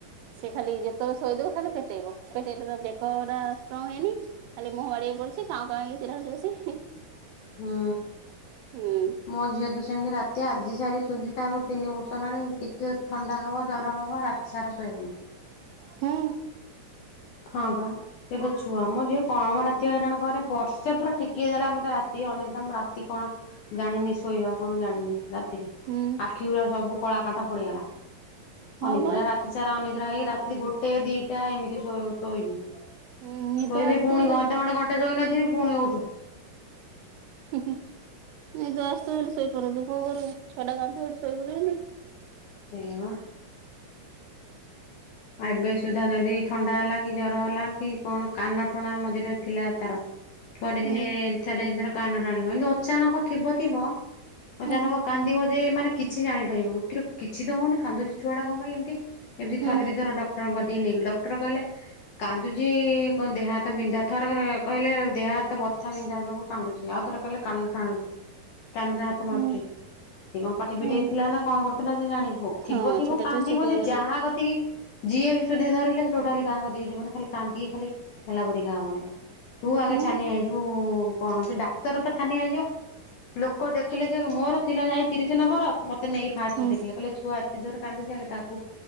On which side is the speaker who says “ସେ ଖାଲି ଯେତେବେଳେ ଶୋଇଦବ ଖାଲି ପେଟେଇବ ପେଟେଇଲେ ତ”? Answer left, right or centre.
Right